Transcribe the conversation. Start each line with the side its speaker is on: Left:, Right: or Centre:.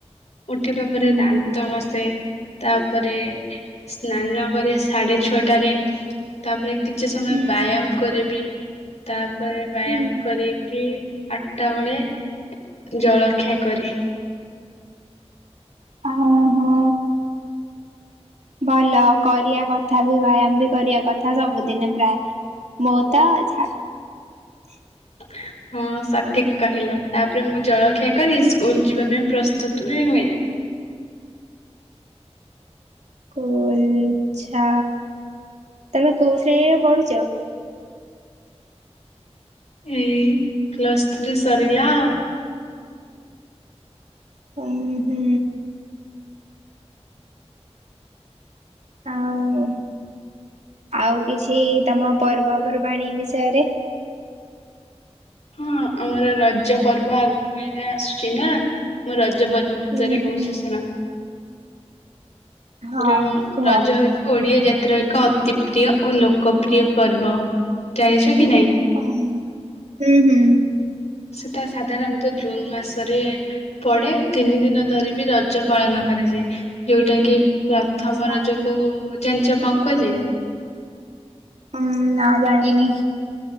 Left: ଉଠିବା ପରେ
Right: ହୁଁ
Left: ଦାନ୍ତ ଘ ସେ ତାପରେ ସ୍ନାନ କରେ ସାଢେ ଛଅଟାରେ ତାପରେ କିଛି ସମୟ
Right: ହୁଁ
Left: ବ୍ୟାୟାମ କରିବି ତାପରେ ବ୍ୟାୟାମ
Right: ହୁଁ
Left: କରିକି ଆଠଟା ବେଳେ ଜଳଖିଆ କରେ।
Right: ଓହୋ। ଭଲ କରିବା କଥା ବି ବ୍ୟାୟାମ ବି କରିବା କଥା ସବୁଦିନେ ପ୍ରାୟ ମୁଁ ତ ଛାତ
Left: <unintelligible> ହଁ ସଠିକ କହିଲ। ତାପରେ ମୁଁ ଜଳଖିଆ କରି ସ୍କୁଲ ଯିବା ପାଇଁ ପ୍ରସ୍ତୁତ ବି ହୁଏ।
Right: ସ୍କୁଲ ଛା ତମେ କୋଉ ଶ୍ରେଣୀରେ ପଢୁଛ।
Left: ଏଇ ପ୍ଲସ୍ ଥ୍ରୀ ସରିଲା ଆଉ।
Right: ହୁଁ ହୁଁ। ଆଉ ଆଉ କିଛି ତମ ପର୍ବପର୍ବାଣୀ ବିଷୟରେ
Left: ହଁ ଆମର ରଜ ପର୍ବ ଆଗକୁ <unintelligible> ଆସୁଛି ନା ମୁଁ ରଜ ରଜ ପର୍ବ ଭିତରେ
Right: ହୁଁ ହୁଁ
Left: କହୁଛି ଶୁଣ।
Right: ହଁ
Left: ଯୋଉ
Right: କୁହ।
Left: ରଜ ହଉଛି ଓଡିଆ ଜାତି ଏକ ଅତି ପ୍ରିୟ ଓ ଲୋକପ୍ରିୟ ପର୍ବ ଜାଣିଛ। କି ନାଇଁ
Right: ହଁ। ହୁଁ ହୁଁ।
Left: ସେଟା ସାଧାରଣତଃ ଜୁନ ମାସରେ ପଡେ ତିନି ଦିନ ଧରି ବି ରଜ ପାଳନ କରାଯାଏ ଯୋଉଟା କି ପ୍ରଥମ
Right: ଆଚ୍ଛା।
Left: ରଜ କୁ ଜାଣିଛ କଣ କୁହା ଯାଏ।
Right: ହୁଁ ନାଁ ଜାଣିନି।